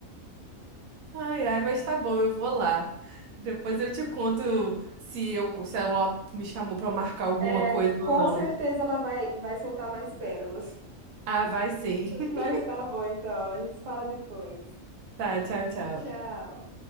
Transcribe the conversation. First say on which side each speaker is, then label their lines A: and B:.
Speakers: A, on the right (about 85°); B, on the right (about 45°).
A: Ai, ai, mas tá bom, eu vou lá. Depois eu te conto se eu, se ela me chamou pra marcar alguma
B: É,
A: coisa
B: com
A: ou não.
B: certeza ela vai, vai soltar mais pérolas.
A: Ah, vai sim.
B: <laughs>
A: <laughs>
B: Mas tá bom, então. A gente se fala depois.
A: Tá, tchau, tchau.
B: Tchau.